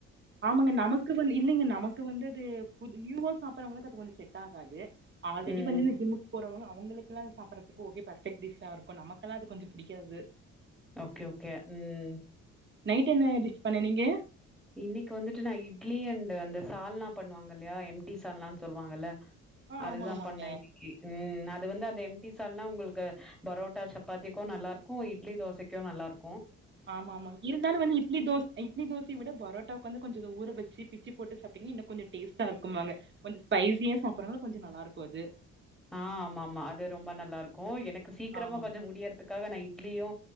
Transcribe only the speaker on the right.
ஆமங்க நமக்கு வந் இல்லைங்க நமக்கு வந்த து புது நியூவா சாப்ட் பறவங்களுக்கு அது கொஞ்சோ செட் ஆகாது ஆல்ரெடி
வந்து இந்த ஜிம்முக் போறவங்க அவங்களுக்கெல்லா சாப்பிடுறதுக்கு ஓகே பர்ஃபக்ட் டிஷ்ஷா இருக்கு நமக்கெல்லா அது கொஞ்சோ பிடிக்காது
நைட் என்ன டிஷ் பண்ணிணீங்க
ஆ
ஆமா ஆமாங்க
ஆமா ஆமா இருந்தாலு வந்து இட்லி தோச இட்லி தோச த்தி விட பரோட்டாக்கு வந்து கொஞ்சோ ஊற வச்சு பிச்சு போட்டு சாப்பிட்டீங்கன்னா இன்னு கொஞ்சோ டேஸ்டா இருக்குனுவாங்க கொஞ்சோ ஸ்பைசியா சாப்படுறா கொஞ்சோ நல்லாருக்கு அது
ஆமாங்க